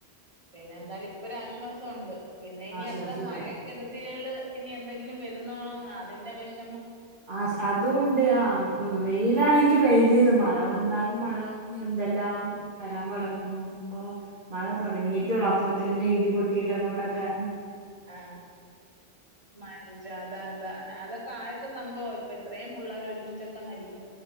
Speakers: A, on the right; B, on the right.
A: പിന്നെ എന്താലും ഇപ്പൊരു ആശ്വാസം ഒണ്ട് പിന്നെ ഇനി
B: ആശ്വാസായി
A: അടുത്ത മഴക്ക്ടു കുട്ടികേള് ഇനി എന്തെങ്കിലും വരുന്നോന്നാ അതിന്റെ വെഷ്
B: ആശ് അതുണ്ട് ആഹ് വെയിലാണെങ്കി വെയില്ന്ന് മഴ വന്നാലും മഴ ഇനി എന്തെല്ലാം വരാൻ പെടക്ക്ണു ഇപ്പോ മഴ തുടങ്ങിട്ടേ ഉള്ള് ഇപ്പൊ തന്നെ ഇടി പൊട്ടിട്ട് അപകടൊപെ
A: ആഹ് മരിച്ച് അതാ അതാ ന അതൊ ഇപ്പ ആദ്യത്തെ സംഭവാ ഇപ്പ ഇത്രേം പുള്ളാര് ഒരുമിച്ചൊക്കെ മരി